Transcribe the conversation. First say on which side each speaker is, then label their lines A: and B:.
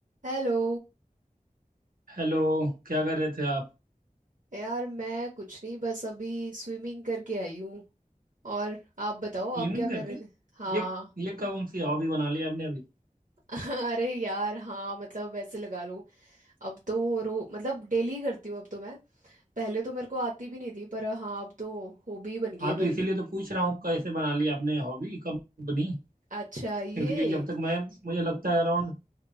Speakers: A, on the right (about 65°); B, on the right (about 80°).
A: Hello
B: Hello क्या कर रहे थे आप
A: यार मैं कुछ नहीं बस अभी स्विमिंग करके आई हूँ और आप बताओ
B: क्लीनिंग
A: आप क्या कर
B: करके
A: रहे थे हाँ
B: ये ये कौन सी हॉबी बना ली आपने अभी
A: <laughs> अरे यार हाँ मतलब वैसे लगा लो अब तो रो मतलब डेली करती हूँ अब तो मैं पहले तो मेरे को आती भी नहीं थी पर हाँ अब तो हॉबी बन गई
B: हाँ
A: है मेरी
B: तो इसीलिए तो पूछ रहा हूँ कैसे बना ली आपने हॉबी कब बनी
A: अच्छा ये
B: क्योंकि जब तक मैं मुझे लगता है अराउंड